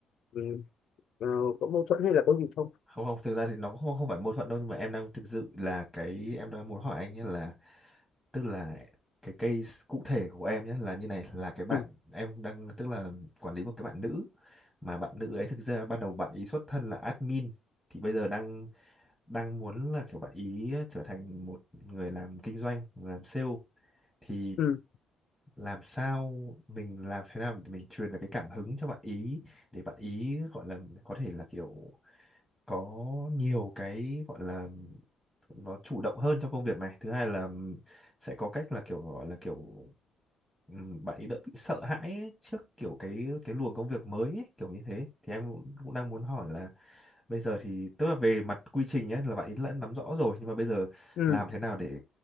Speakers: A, on the left (about 60°); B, in the centre.
A: ừ, ờ, có mâu thuẫn hay là có gì không
B: không không thực ra thì nó cũng không, không phải mâu thuẫn đâu nhưng mà em đang thực sự là cái em đang muốn hỏi anh nhé là tức là cái case cụ thể của em nhé là như này là cái bạn
A: ừ
B: em đang tức là quản lý một cái bạn nữ mà bạn nữ ấy thực ra ban đầu bạn ý xuất thân là admin thì bây giờ đang đang muốn là kiểu bạn ý trở thành một người làm kinh doanh người làm sale thì
A: ừ
B: làm sao mình làm thế nào để mình truyền được cái cảm hứng cho bạn ý để bạn ý gọi là có thể là kiểu có nhiều cái gọi là nó chủ động hơn trong công việc này thứ hai là ừm, sẽ có cách là kiểu gọi là kiểu ừm, bạn ấy đỡ bị sợ hãi ấy, trước kiểu cái cái luồng công việc mới ấy, kiểu như thế thì em cũng, cũng đang muốn hỏi là bây giờ thì tức là về mặt quy trình nhé là bạn ấy đã nắm rõ rồi nhưng mà bây giờ
A: ừ
B: làm thế nào để